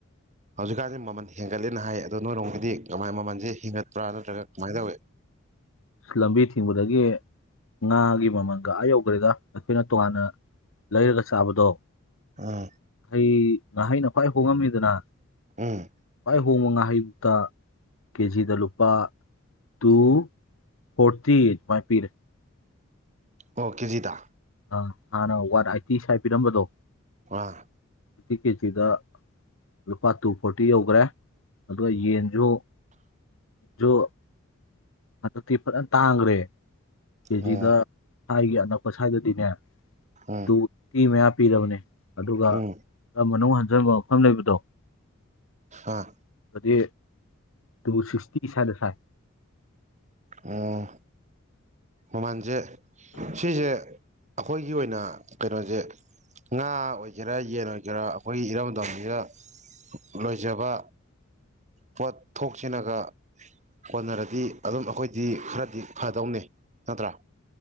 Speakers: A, on the right; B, on the left.
A: ꯍꯧꯖꯤꯛꯀꯥꯟꯁꯦ ꯃꯃꯜ ꯍꯦꯟꯒꯠꯂꯦꯅ ꯍꯥꯏ ꯑꯗꯣ ꯅꯣꯏꯔꯣꯝꯒꯤꯗꯤ ꯀꯃꯥꯏ ꯃꯃꯜꯁꯦ ꯍꯦꯟꯒꯠꯄ꯭ꯔꯥ ꯅꯠꯇ꯭ꯔꯒ ꯀꯃꯥꯏ ꯇꯧꯏ
B: ꯂꯝꯕꯤ ꯊꯤꯡꯕꯗꯒꯤ ꯉꯥꯒꯤ ꯃꯃꯜꯒ ꯑꯥ ꯌꯧꯈ꯭ꯔꯦꯒ ꯑꯈꯣꯏꯅ ꯇꯣꯉꯥꯟꯅ ꯂꯩꯔꯒ ꯆꯥꯕꯗꯣ
A: ꯎꯝ
B: ꯏ ꯉꯥꯍꯩꯅ ꯈ꯭ꯋꯥꯏ ꯍꯣꯡꯉꯝꯃꯤꯗꯅ
A: ꯎꯝ
B: ꯈꯋꯥꯏ ꯍꯣꯡꯕ ꯉꯥꯍꯩꯇ ꯀꯦꯖꯤꯗ ꯂꯨꯄꯥ ꯇꯨ ꯐꯣꯔꯇꯤ ꯗꯨꯃꯥꯏ ꯄꯤꯔꯦ
A: ꯑꯣ ꯀꯦꯖꯤꯗ
B: ꯑꯥ, ꯍꯥꯟꯅ ꯋꯥꯟ ꯑꯩꯏꯇꯤ ꯁꯥꯏ ꯄꯤꯔꯝꯕꯗꯣ
A: ꯑꯥ
B: <unintelligible> ꯀꯦꯖꯤꯗ ꯂꯨꯄꯥ ꯇꯨ ꯐꯣꯔꯇꯤ ꯌꯧꯒ꯭ꯔꯦ ꯑꯗꯨꯒ ꯌꯦꯟꯁꯨ ꯗꯣ ꯍꯟꯗꯛꯇꯤ ꯐꯖꯅ ꯇꯥꯡꯈ꯭ꯔꯦ ꯀꯦꯖꯤꯗ
A: ꯑꯣ
B: ꯑꯁꯥꯏꯒꯤ ꯑꯅꯛꯄ ꯁꯥꯏꯗꯗꯤꯅꯦ
A: ꯎꯝ
B: ꯇꯨ ꯐꯤꯞ ꯄꯤꯔꯕꯅꯤ ꯑꯗꯨꯒ
A: ꯎꯝ
B: ꯈꯔ ꯃꯅꯨꯡ ꯍꯟꯖꯤꯕ ꯃꯐꯝ ꯂꯩꯕꯗꯣ
A: ꯑꯥ
B: ꯑꯗꯤ ꯇꯨ ꯁꯤꯛꯁꯇꯤ ꯁꯥꯏꯗ ꯁꯥꯏ
A: ꯑꯣ ꯃꯃꯜꯁꯦ ꯁꯤꯁꯦ ꯑꯈꯣꯏꯒꯤ ꯑꯣꯏꯅ ꯀꯩꯅꯣꯁꯦ ꯉꯥ ꯑꯣꯏꯒꯦꯔꯥ ꯌꯦꯟ ꯑꯣꯏꯒꯦꯔꯥ ꯑꯈꯣꯏꯒꯤ ꯏꯔꯝꯗꯝꯅꯤꯅ ꯂꯣꯏꯖꯕ ꯄꯣꯠ ꯊꯣꯛꯁꯤꯅꯒ ꯀꯣꯟꯅꯔꯗꯤ ꯑꯗꯨꯝ ꯑꯈꯣꯏꯗꯤ ꯈꯔꯗꯤ ꯐꯗꯧꯅꯤ ꯅꯠꯇ꯭ꯔꯥ